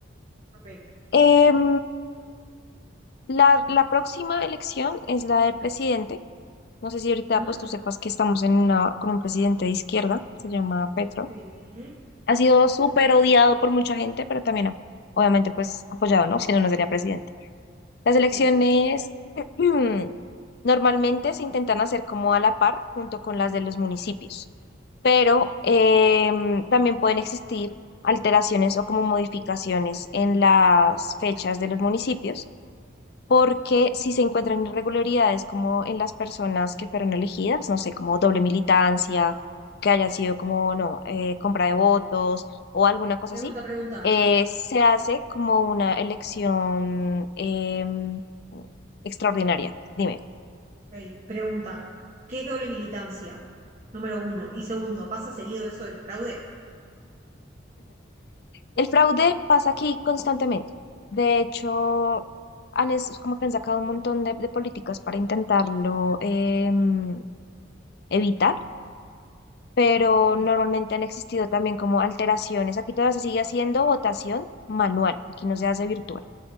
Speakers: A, on the right (about 40°); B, on the left (about 55°).
A: Ok.
B: Em, la, la próxima elección es la de presidente. No sé si ahorita
A: Ujú.
B: pues tú sepas que estamos en una, con un presidente de izquierda, se llama Petro.
A: Sí.
B: Ha sido súper odiado por mucha gente, pero también obviamente pues apoyado, ¿no? <laughs> Si no, no sería presidente. Las elecciones
A: Sí.
B: <clears throat> normalmente se intentan hacer como a la par junto con las de los municipios, pero em, también pueden existir alteraciones o como modificaciones en las fechas de los municipios porque si se encuentran irregularidades como en las personas que fueron elegidas, no sé, como doble militancia, que hayan sido como, no, eh, compra de votos o alguna cosa
A: Pregunta,
B: así,
A: pregunta.
B: eh, se hace como una elección em, extraordinaria. Dime,
A: Ok. Pregunta. ¿Qué es doble militancia? Número uno. Y segundo, ¿pasa seguido eso del fraude?
B: el fraude pasa aquí constantemente. De hecho, han, es como que han sacado un montón de, de políticas para intentarlo em, evitar pero
A: Ujú.
B: normalmente han existido también como alteraciones. Aquí todavía se sigue haciendo votación manual, aquí no se hace virtual,